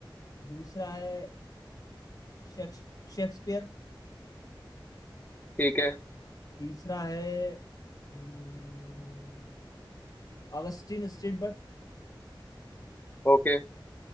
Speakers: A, on the left (about 45°); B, on the left (about 20°).
A: दूसरा है शेक्स- शेक्सपियर
B: ठीक है
A: तीसरा है हम्म, ऑगस्टिन स्ट्रीटबर्ग
B: ओके